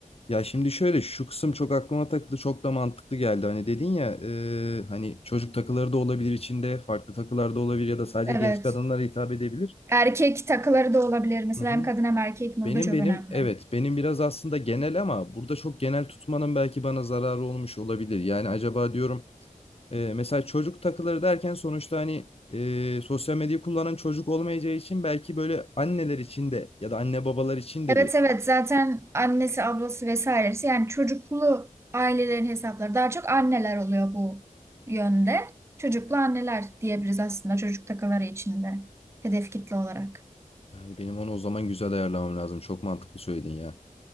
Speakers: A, on the left; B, on the right.
A: Ya şimdi şöyle şu kısım çok aklıma takıldı çok da mantıklı geldi. Hani dedin ya e, hani çocuk takıları da olabilir içinde farklı takılar da olabilir ya da sadece
B: Evet.
A: genç kadınlara hitap edebilir.
B: Erkek takıları da olabilir. Mesela
A: Hı hı.
B: hem kadın hem erkek mi?
A: Benim
B: O da çok
A: benim
B: önemli.
A: evet benim biraz aslında genel ama burada çok genel tutmanın belki bana zararı olmuş olabilir. Yani acaba diyorum e, mesela çocuk takıları derken sonuçta hani e, sosyal medyayı kullanan çocuk olmayacağı için belki böyle anneler için de ya da anne babalar için
B: Evet
A: de bir
B: evet zaten annesi, ablası vesairesi yani çocuklu ailelerin hesapları daha çok anneler oluyor bu yönde. Çocuklu anneler diyebiliriz aslında çocuk takaları içinde hedef kitle olarak.
A: yani benim onu o zaman güzel ayarlamam lazım. Çok mantıklı söyledin ya.